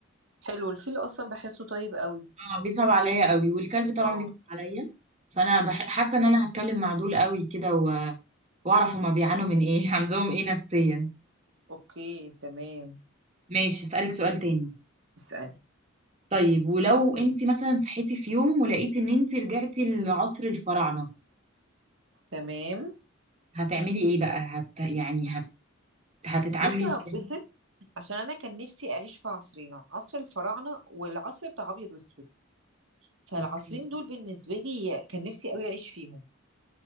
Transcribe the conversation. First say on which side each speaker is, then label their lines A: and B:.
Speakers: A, on the right; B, on the right.
A: حلو الفيل اصلا بحسه طيب قوي
B: اه بيصعب عليا قوي والكلب طبعا
A: اه
B: بيصعب عليا فانا بح... حاسه ان انا هتكلم مع دول قوي كده و... واعرف هما بيعانوا من ايه <laughs> عندهم ايه نفسيا
A: اوكي تمام
B: ماشي اسالك سؤال تاني
A: اسألي
B: طيب ولو انت مثلا صحيتي في يوم ولقيتي ان انت رجعتي لعصر الفراعنه
A: تمام
B: هتعملي ايه بقى هت... يعني هت... هتتعاملي
A: بصي
B: ازاي
A: هتبسط عشان انا كان نفسي اعيش في عصرين عصر الفراعنة والعصر بتاع ابيض واسود فالعصرين
B: أوكي.
A: دول بالنسبة لي كان نفسي قوي اعيش فيهم